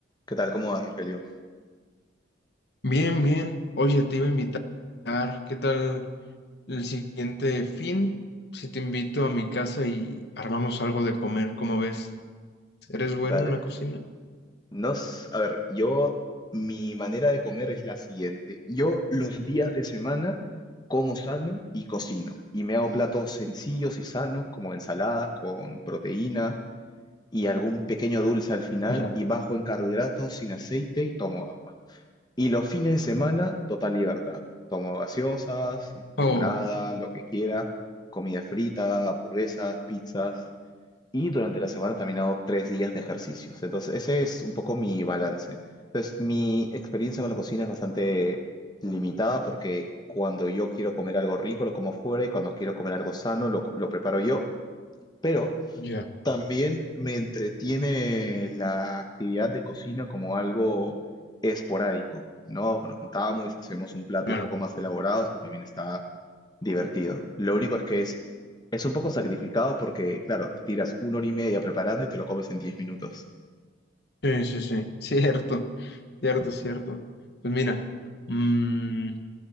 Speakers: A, on the left; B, on the left.
A: ¿Qué tal? ¿Cómo vas, Rogelio?
B: Bien, bien. Oye, te iba a invitar. ¿Qué tal el siguiente fin? Si te invito a mi casa y armamos algo de comer, ¿cómo ves? ¿Eres bueno
A: Dale.
B: en la cocina?
A: Nos, a ver, yo, mi manera de comer es la siguiente. Yo los días de semana como sano y cocino. Y me hago platos sencillos y sanos, como ensaladas con proteína y algún pequeño dulce al final,
B: Ya.
A: y bajo en carbohidratos, sin aceite y tomo agua. Y los fines de semana, total libertad. Tomo gaseosas, limonada,
B: Oh,
A: lo que quiera, comida frita, hamburguesas, pizzas. Y durante la semana también hago tres días de ejercicios. Entonces, ese es un poco mi balance. Entonces, mi experiencia con la cocina es bastante limitada porque cuando yo quiero comer algo rico lo como fuera y cuando quiero comer algo sano lo, lo preparo yo. Pero
B: ya,
A: también me entretiene la actividad de cocina como algo esporádico, ¿no? Nos juntamos, hacemos un plato
B: claro.
A: un poco más elaborado, esto también está divertido. Lo único es que es es un poco sacrificado porque, claro, te tiras una hora y media preparando y te lo comes en diez minutos.
B: Sí, sí, sí. <laughs> Cierto, cierto, cierto. Pues mira, mm,